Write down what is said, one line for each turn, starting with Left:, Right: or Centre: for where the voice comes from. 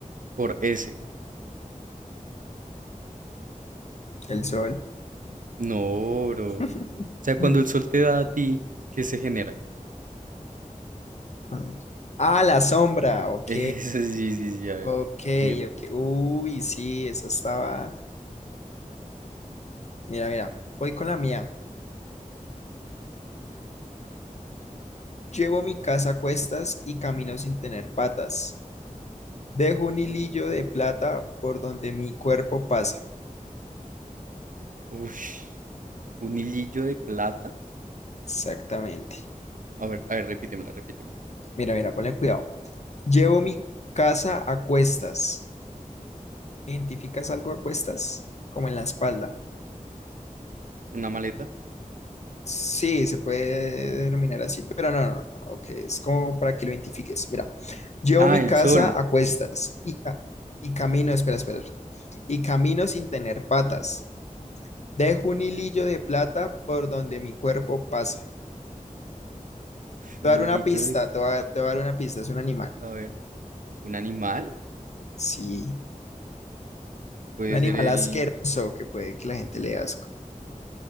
Right: Por ese.
Left: El sol.
Right: No, bro.
Left: <laughs>
Right: O sea, cuando
Left: Hmm,
Right: el sol te da a ti, ¿qué se genera?
Left: ¿Cuál es? Ah, la sombra.
Right: <laughs>
Left: Ok.
Right: Eso sí, sí, sí, a ver.
Left: Ok,
Right: Bien.
Left: ok. Uy, sí, esa estaba. Mira, mira. Voy con la mía. Llevo mi casa a cuestas y camino sin tener patas. Dejo un hilillo de plata por donde mi cuerpo pasa.
Right: Ush, un hilillo de plata.
Left: Exactamente.
Right: A ver, a ver, repítemela, repítemela.
Left: Mira, mira, ponle cuidado. Llevo mi casa a cuestas. ¿Identificas algo a cuestas? Como en la espalda.
Right: Una maleta.
Left: Sí, se puede denominar así, pero no, no, no, ok, es como para que lo identifiques. Mira, llevo
Right: Ah,
Left: mi casa
Right: el sol.
Left: a cuestas y, ca- y camino, espera, espera, espera, y camino sin tener patas. Dejo un hilillo de plata por donde mi cuerpo pasa.
Right: Ush,
Left: Te
Right: un
Left: voy a
Right: hilillo
Left: dar una pista,
Right: de...
Left: te voy a, te voy a dar una pista, es un animal.
Right: A ver, ¿un animal?
Left: Sí,
Right: Puede
Left: un animal
Right: ser el...
Left: asqueroso que puede que la gente le dé asco.